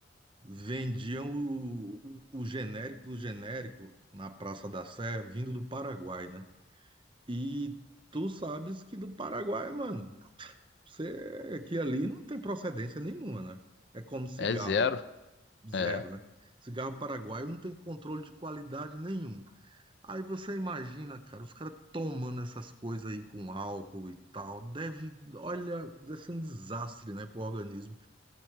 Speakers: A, on the right; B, on the left.
A: vendiam o, o o genérico do genérico na Praça da Sé, vindo do Paraguai, né? E tu sabes que do Paraguai, mano, você que ali não tem procedência nenhuma, né? É como cigarro
B: É zero.
A: zero,
B: É.
A: né? Cigarro paraguaio não tem controle de qualidade nenhum. Aí você imagina, cara, os caras tomando essas coisas aí com álcool e tal, deve, olha, deve ser um desastre, né, pro organismo.